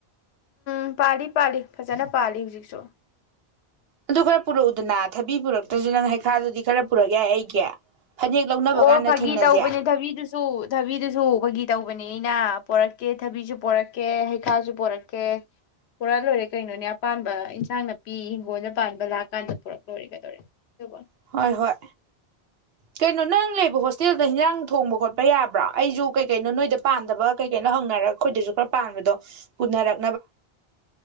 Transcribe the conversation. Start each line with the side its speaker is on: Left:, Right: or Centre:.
Left: ꯎꯝ ꯄꯥꯜꯂꯤ ꯄꯥꯜꯂꯤ ꯐꯖꯅ ꯄꯥꯜꯂꯤ ꯍꯧꯖꯤꯛꯁꯨ
Right: ꯑꯗꯨ ꯈꯔ ꯄꯨꯔꯛꯎꯗꯅ ꯊꯕꯤ ꯄꯨꯔꯛꯇ꯭ꯔꯁꯨ ꯅꯪ ꯍꯩꯈꯥꯗꯨꯗꯤ ꯈꯔ ꯄꯨꯔꯛ ꯌꯥꯏ ꯑꯩꯒꯤ ꯐꯅꯦꯛ ꯂꯧꯅꯕ
Left: ꯑꯣ
Right: ꯀꯥꯟꯗ
Left: ꯐꯥꯒꯤ
Right: ꯊꯦꯡꯅꯁꯦ
Left: ꯇꯧꯕꯅꯦ ꯊꯕꯤꯗꯨꯁꯨ ꯊꯕꯤꯗꯨꯁꯨ ꯐꯥꯒꯤ ꯇꯧꯕꯅꯦ ꯑꯩꯅ ꯄꯣꯔꯛꯀꯦ ꯊꯕꯤꯁꯨ ꯄꯣꯔꯛꯀꯦ ꯍꯩꯈꯥꯁꯨ ꯄꯣꯔꯛꯀꯦ ꯄꯨꯔꯛꯑ ꯂꯣꯏꯔꯦ ꯀꯩꯅꯣꯅꯦ ꯑꯄꯥ ꯏꯟꯁꯥꯡ ꯅꯥꯄꯤ ꯍꯤꯡꯒꯣꯜꯗ ꯄꯥꯟꯕ ꯂꯥꯛꯑꯀꯥꯟꯗ ꯄꯨꯔꯛꯂꯣꯏꯔꯦ ꯀꯗꯧꯔꯦ ꯑꯗꯨꯕꯣ
Right: ꯍꯣꯏ ꯍꯣꯏ ꯀꯩꯅꯣ ꯅꯪ ꯂꯩꯕ ꯍꯣꯁꯇꯦꯜꯗ ꯍꯤꯟꯖꯥꯡ ꯊꯣꯡꯕ ꯈꯣꯠꯄ ꯌꯥꯕ꯭ꯔꯣ ꯑꯩꯁꯨ ꯀꯩ ꯀꯩꯅꯣ ꯅꯣꯏꯗ ꯄꯥꯟꯗꯕ ꯀꯩ ꯀꯩꯅꯣ ꯍꯪꯅꯔꯒ ꯑꯈꯣꯏꯗꯁꯨ ꯈꯔ ꯄꯥꯟꯕꯗꯣ ꯄꯨꯅꯔꯛ